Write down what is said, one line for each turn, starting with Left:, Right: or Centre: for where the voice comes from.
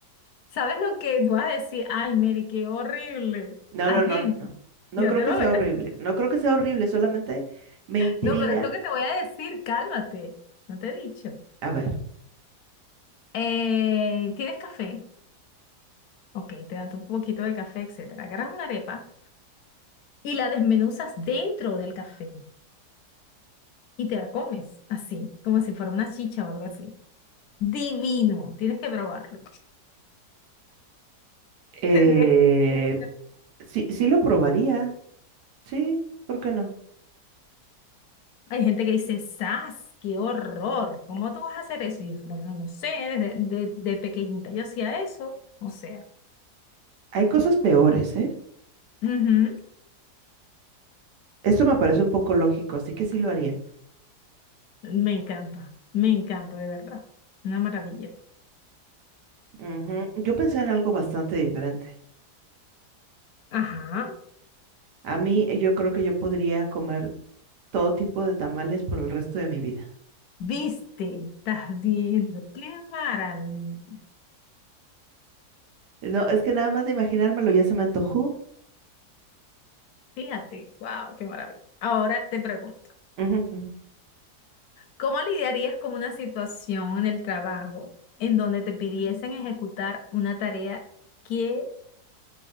Left: ¿Sabes lo que tú vas a decir? Ay, Mary, qué horrible.
Right: No,
Left: Hay
Right: no, no,
Left: gente.
Right: no. No
Left: Ya
Right: creo
Left: te
Right: que
Left: lo
Right: sea
Left: ves.
Right: horrible. No creo que sea horrible, solamente me intriga.
Left: No, pero esto que te voy a decir, cálmate. No te he dicho.
Right: A ver.
Left: Eh, ¿tienes café? Ok, te dan tu poquito de café, etcétera. Agarras una arepa y la desmenuzas dentro del café y te la comes así, como si fuera una chicha o algo así. Divino, tienes que probarlo. <laughs>
Right: Eh,
Left: Tendrías que hacer.
Right: Sí, sí lo probaría. Sí, ¿por qué no?
Left: Hay gente que dice, ¡zas! ¡Qué horror! ¿Cómo tú vas a hacer eso? Y yo, bueno, no sé, desde de, de pequeñita yo hacía eso. O sea,
Right: Hay cosas peores, ¿eh?
Left: ujú,
Right: Esto me parece un poco lógico, así que sí lo haría.
Left: Me encanta, me encanta, de verdad. Una maravilla.
Right: Ujú. Yo pensé en algo bastante diferente.
Left: Ajá,
Right: A mí, eh, yo creo que yo podría comer todo tipo de tamales por el resto de mi vida.
Left: viste, estás viendo, qué maravilla.
Right: No, es que nada más de imaginármelo ya se me antojó.
Left: Fíjate, wow, qué maravilla. Ahora te pregunto.
Right: Ujú, ujú.
Left: ¿Cómo lidiarías con una situación en el trabajo en donde te pidiesen ejecutar una tarea que